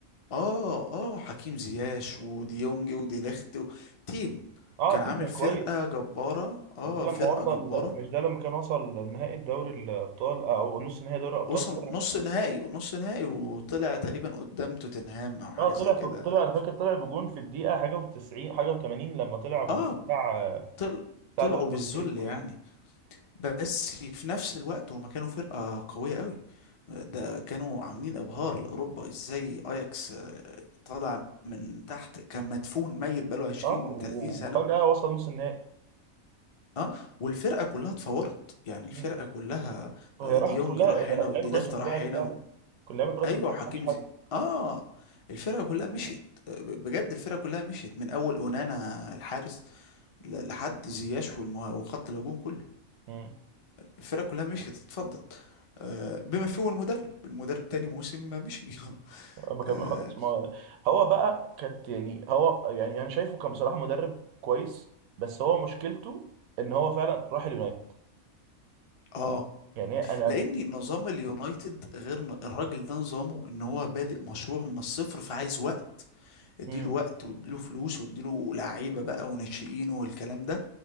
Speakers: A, on the left (about 45°); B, on the right (about 80°).
A: اه اه حكيم زياش وديونج وديليخت و... تيم
B: اه
A: كان
B: تيم
A: عامل
B: كان
A: فرقة
B: كويس
A: جبارة اه
B: ده
A: فرقة
B: لما وصل
A: جبارة
B: مش ده لما كان وصل نهائي الدوري الابطال او نص نهائي دوري الابطال
A: وصل
B: وطلع.
A: نص نهائي نص نهائي وطلع تقريبا قدام توتنهام او حاجة
B: اه
A: زي
B: طلع
A: كده
B: في... طلع انا
A: مش
B: فاكر طلع بجون في الدقيقه حاجه و90 حاجه و80 لما طلع بالجون
A: اه
B: بتاع
A: طل...
B: بتاع
A: طلعوا
B: اللي هو برازيل
A: بالذل
B: اسمه
A: يعني
B: ايه
A: بس في نفس الوقت هما كانوا فرقة قوية قوي ده كانوا عاملين ابهار لاوروبا ازاي اياكس آه، طالع من تحت كان مدفون ميت بقاله 20
B: اه و-
A: 30 سنة
B: وفجاه وصل نص النهائي
A: اه والفرقة كلها اتفورت يعني الفرقة
B: مم.
A: كلها
B: وهي
A: آه،
B: راحت
A: ديونج
B: كلها
A: راح هنا
B: اللعيبه
A: وديليخت
B: كلها اتوزعت
A: راح هنا
B: فعلا
A: و...
B: كل اللعيبه كلها
A: ايوه
B: اتوزعت ما
A: وحكيم
B: حدش حد
A: زي اه الفرقة كلها مشيت آه، بجد الفرقة كلها مشيت من اول اونانا الحارس ل- لحد زياش والمه... وخط الهجوم كله
B: مم.
A: الفرق كلها مشيت اتفضت آه، بما فيه المدرب المدرب تاني موسم ما مشي <laughs>
B: ما كان
A: اه
B: خلاص ما هو بقى كانت يعني هو يعني انا شايفه كان بصراحه مدرب كويس بس هو مشكلته ان هو فعلا راح اليونايتد
A: آه.
B: يعني هي- انا
A: لان نظام اليونايتد غير ن- الراجل ده نظامه ان هو بادئ مشروع من الصفر فعايز وقت اديله
B: مم.
A: وقت واديله فلوس واديله لعيبه بقى وناشئين والكلام ده